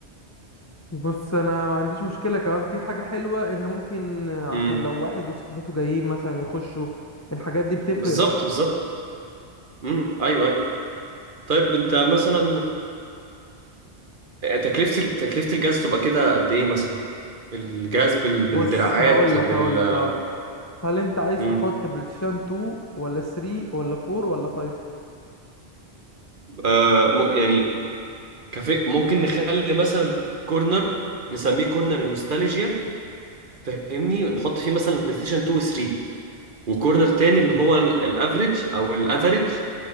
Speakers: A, on the left; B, on the right.
A: بص انا ما عنديش مشكله كمان في حاجه حلوه ان ممكن آه،
B: امم
A: عشان لو واحد وصاحبته جايين مثلا يخشوا الحاجات دي بتفرق
B: بالظبط
A: برضو
B: بالظبط امم أيوه أيوه طيب أنت مثلا تكلفة ال- تكلفة الجهاز تبقى كده قد ايه مثلا الجهاز بال... بالدراعات
A: بص هقول
B: بال
A: لك هقول لك هقول لك هل انت عايز
B: مم.
A: تحط بلايستيشن 2 ولا 3 ولا 4 ولا 5
B: آه م... يعني كفي... ممكن نخلي مثلا كورنر نسميه كورنر النوستالجيا فاهمني ونحط فيه مثلا بلاي ستيشن 2 و 3 وكورنر تاني اللي هو الافريج او الافريج